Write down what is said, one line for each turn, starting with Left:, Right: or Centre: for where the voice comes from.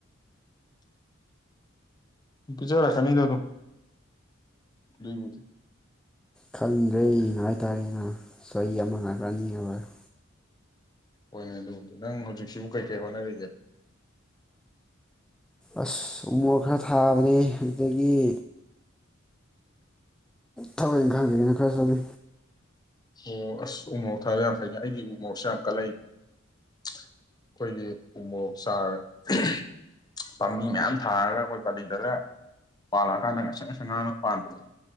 Left: ꯄꯨꯖꯥꯔꯛꯆꯥꯅꯤꯗ ꯑꯗꯨꯝ ꯌꯦꯡꯉꯖꯤ
Centre: ꯈꯡꯗ꯭ꯔꯦꯝ ꯍꯥꯏꯇꯥꯔꯦꯅ ꯆꯍꯤ ꯑꯃ ꯉꯥꯏꯕꯔꯥ ꯑꯅꯤ ꯉꯥꯏꯕꯥꯔꯥ
Left: ꯍꯣꯏꯅꯦ ꯑꯗꯨꯕꯨꯗꯤ ꯅꯪ ꯍꯧꯖꯤꯛꯁꯤꯕꯨ ꯀꯩꯀꯩ ꯍꯣꯠꯅꯔꯤꯒꯦ
Centre: ꯑꯁ ꯎꯃꯣꯔꫭꯛ ꯈꯔ ꯊꯥꯕꯅꯦ ꯑꯗꯨꯗꯒꯤ ꯊꯕꯛ ꯏꯪꯈꯥꯡ ꯀꯩꯀꯩꯅꫭ ꯈꯔ ꯆꯠꯂꯤ
Left: ꯑꯣ ꯑꯁ ꯎꯃꯣꯔꫭꯛ ꯊꯥꯕ ꯌꯥꯝ ꯐꯩꯅꯦ ꯑꯩꯗꯤ ꯎꯃꯣꯔꫭꯛꯁꯦ ꯌꯥꯝ ꯀꯠꯂꯛꯏ ꯑꯩꯈꯣꯏꯒꯤ ꯎꯃꯣꯛ ꯆꯥꯔ <inaudible> ꯄꯥꯝꯕꯤ ꯃꯌꯥꯝ ꯊꯥꯔꯒ ꯑꯩꯈꯣꯏ ꯄꯂꯤꯗꯒ ꯄꯥꯜꯂꯛꯑꯀꯥꯟꯗ ꯉꯥꯛꯁꯪ ꯉꯥꯛꯁꯪ ꯉꯥꯡꯉ ꯄꯥꯟꯕꯗꫭ